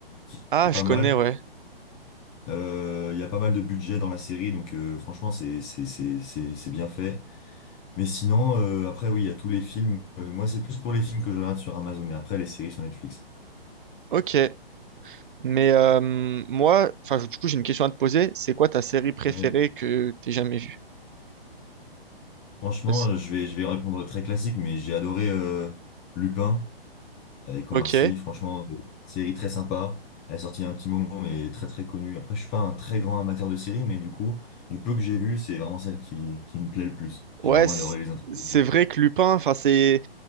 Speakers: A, on the left (about 20°); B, on the right (about 55°).
A: qui
B: Ah,
A: est pas
B: je connais,
A: mal.
B: ouais.
A: Euh, Il y a pas mal de budget dans la série, donc euh, franchement, c'est c'est c'est c'est c'est bien fait. Mais sinon, euh, après, oui, il y a tous les films. Euh, moi, c'est plus pour les films que je regarde sur Amazon, et après, les séries sur Netflix.
B: Ok. Mais euh, moi, enfin, du coup, j'ai une question à te poser. C'est quoi ta série préférée
A: Ouais.
B: que t'aies jamais vue?
A: Franchement,
B: Parce-
A: euh, je vais je vais répondre très classique, mais j'ai adoré euh, Lupin. avec
B: Ok.
A: Omar Sy. Franchement, euh, série très sympa. Elle est sortie il y a un petit moment, mais très très connue. Après, je suis pas un très grand amateur de séries, mais du coup, du peu que j'ai vu, c'est vraiment celle qui, qui me plaît le plus. J'ai
B: Ouais,
A: vraiment
B: c-
A: adoré les intrigues.
B: c'est vrai que Lupin, enfin, c'est,